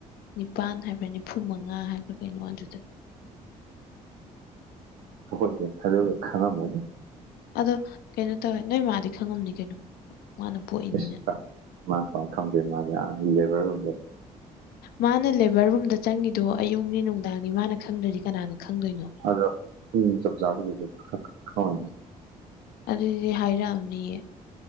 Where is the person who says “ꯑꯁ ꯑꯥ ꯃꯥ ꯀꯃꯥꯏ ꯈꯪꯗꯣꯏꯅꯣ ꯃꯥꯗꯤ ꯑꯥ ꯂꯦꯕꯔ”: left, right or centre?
Right